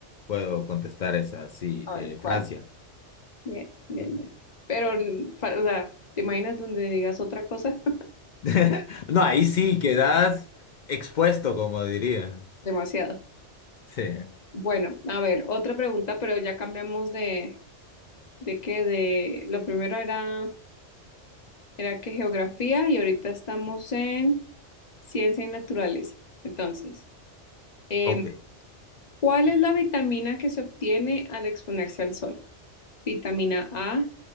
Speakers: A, on the left (about 60°); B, on the left (about 40°).
A: puedo contestar esa, sí,
B: A
A: eh,
B: ver, ¿cuál?
A: Francia.
B: Bien, bien, bien. Pero, mm, fa- o sea, ¿te imaginas donde digas otra cosa? <laughs>
A: <laughs> No, ahí sí quedas expuesto, como diría.
B: Demasiado.
A: Sí.
B: Bueno, a ver, otra pregunta, pero ya cambiamos de, de qué, de, lo primero era, era que geografía y ahorita estamos en ciencia y naturaleza. Entonces. em,
A: Ok.
B: ¿Cuál es la vitamina que se obtiene al exponerse al sol? ¿Vitamina A,